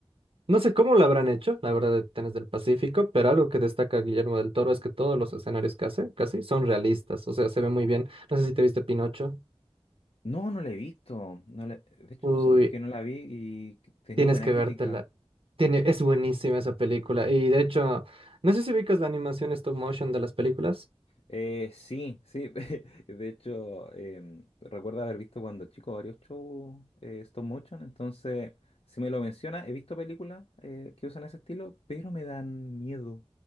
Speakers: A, on the right (about 60°); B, on the left (about 65°).
A: no sé cómo lo habrán hecho, la verdad, de Titanes del Pacífico, pero algo que destaca Guillermo del Toro es que todos los escenarios que hace, casi, son realistas. O sea, se ve muy bien. No sé si te viste Pinocho.
B: No, no la he visto. No la- De hecho,
A: Uy,
B: no sé por qué no la vi y tenía
A: Tienes
B: buena
A: que
B: crítica.
A: vértela. Tiene, es buenísima esa película. Y de hecho, no sé si ubicas la animación stop motion de las películas.
B: Eh, sí, sí. <laughs> De hecho, em, recuerdo haber visto cuando chico varios shows eh, stop motion. Entonces, si me lo menciona, he visto películas eh, que usan ese estilo, pero me dan miedo.